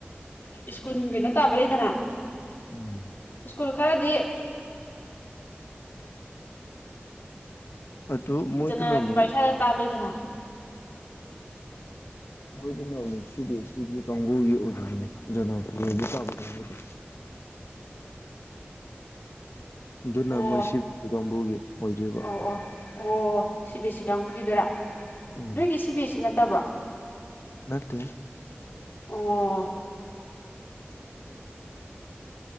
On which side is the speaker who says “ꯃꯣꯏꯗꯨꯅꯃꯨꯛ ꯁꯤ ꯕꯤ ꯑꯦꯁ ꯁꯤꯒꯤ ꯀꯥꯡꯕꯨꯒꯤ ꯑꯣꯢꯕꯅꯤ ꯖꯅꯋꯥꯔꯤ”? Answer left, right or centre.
Left